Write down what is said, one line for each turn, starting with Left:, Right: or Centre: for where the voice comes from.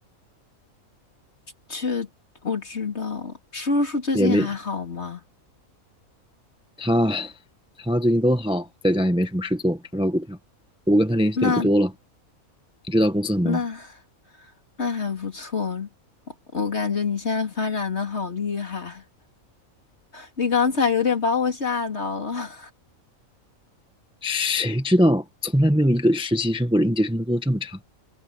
Left: 去，我知道了。叔叔最近还好吗？
Centre: 也没他他最近都好，在家也没什么事做，炒炒股票，我跟他联系的也不多了，
Left: 那
Centre: 你知道公司很忙，
Left: 那那还不错，我我感觉你现在发展的好厉害，你刚才有点把我吓到了。
Centre: 谁知道从来没有一个实习生或者应届生能做的这么差。